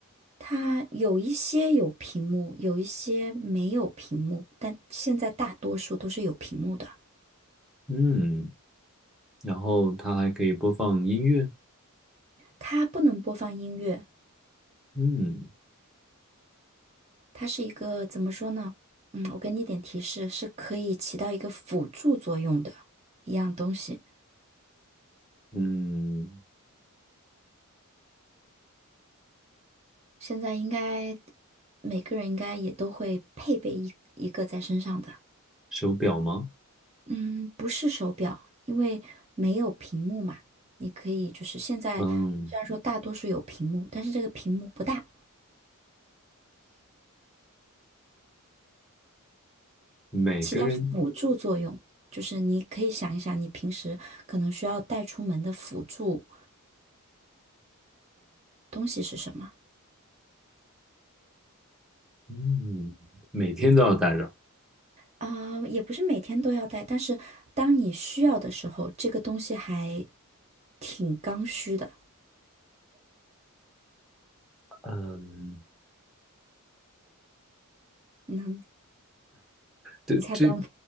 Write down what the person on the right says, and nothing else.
它有一些有屏幕，有一些没有屏幕，但现在大多数都是有屏幕的。
它不能播放音乐，
它是一个怎么说呢？嗯，我给你点提示，是可以起到一个辅助作用的一样东西。
现在应该每个人应该也都会配备一一个在身上的。
嗯，不是手表，因为没有屏幕嘛。你可以就是现在虽然说大多数有屏幕，
但是这个屏幕不大。
起到辅助作用，就是你可以想一想，你平时可能需要带出门的辅助东西是什么
啊，也不是每天都要带，但是当你需要的时候，这个东西还挺刚需的。
嗯，
你猜不到吗？